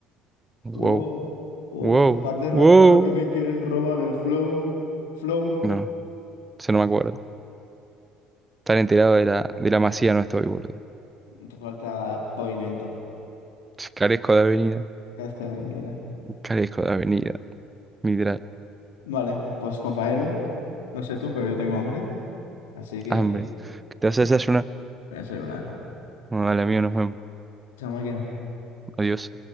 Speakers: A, on the right; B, on the left.
A: Wow.
B: Wow, wow,
A: Wow,
B: hay un par de raperos
A: wow.
B: que me quieren robar el flow. Flow.
A: No, eso no me acuerdo. Tan enterado de la, de la masía no estoy, boludo.
B: Te falta pavimento.
A: Carezco de avenida,
B: Es que, mira.
A: carezco de avenida, literal.
B: Vale, pues compañero, no sé tú, pero yo tengo hambre, así que
A: Hambre.
B: me
A: ¿Qué te vas a desayunar?
B: voy a desayunar.
A: Bueno, dale, amigo, nos vemos.
B: Chao, máquina.
A: Adiós.